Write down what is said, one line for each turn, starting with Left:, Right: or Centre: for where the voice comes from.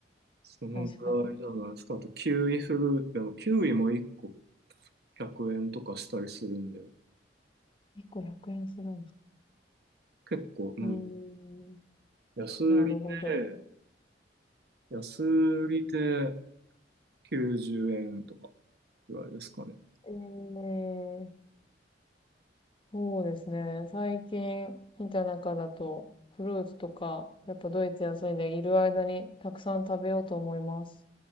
Right: そのぐらいじゃないですか。
Left: 確かに。
Right: あとキウイフルーツ、でもキウイも1個100円とかしたりするんで、
Left: 1個100円するんだ。
Right: 結構、うん。
Left: うーん。
Right: 安売りで、
Left: なるほど。
Right: 安売りで、90円とかぐらいですかね。
Left: ええ、そうですね。最近見た中だと、フルーツとか、やっぱドイツ安いんでいる間にたくさん食べようと思います。